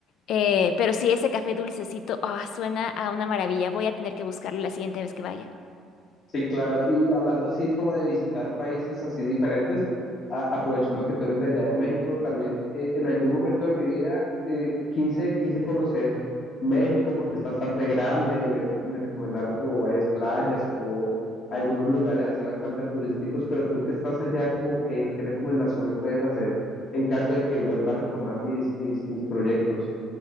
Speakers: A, on the left (about 55°); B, on the left (about 40°).
A: eh, pero sí, ese café dulcecito, ah, suena a una maravilla. Voy a tener que buscarlo la siguiente vez que vaya.
B: Sí, claro. Y hablando así como de visitar países así diferentes, a- aprovechando que tú eres de allá de México, también eh, en algún momento de mi vida eh, quise, quise conocer México porque es bastante grande, me, me recomendaron como varias playas, como algunos lugares así bastante turísticos, pero tú que estás allá, como que, ¿qué recomendación me puedes hacer en caso de que vuelva a retomar mis, mis, mis proyectos?